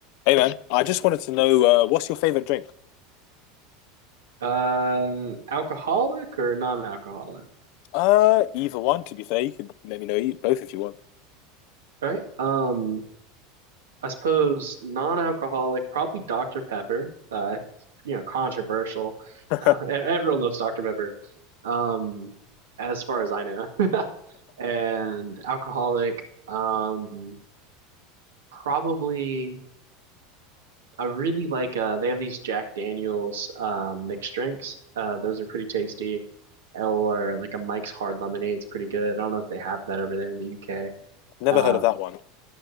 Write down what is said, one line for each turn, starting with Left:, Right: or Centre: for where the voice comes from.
Left: Hey man, I just wanted to know uh, what's your favorite drink?
Right: Uh, alcoholic or non-alcoholic,
Left: Uh, either one, to be fair. You could let me know e- both if you
Right: right? Um, I suppose non-alcoholic, probably Dr. Pepper. Uh, you know, controversial.
Left: want.
Right: No, e- everyone loves Dr. Pepper. Um, as far as I know, and alcoholic. Um, probably. I really like. Uh, they have these Jack Daniel's um mixed drinks. Uh, those are pretty tasty. Or like a Mike's Hard Lemonade's pretty good. I don't know if they have that over there in the UK.
Left: <laughs> Never
Right: Um.
Left: heard of that one.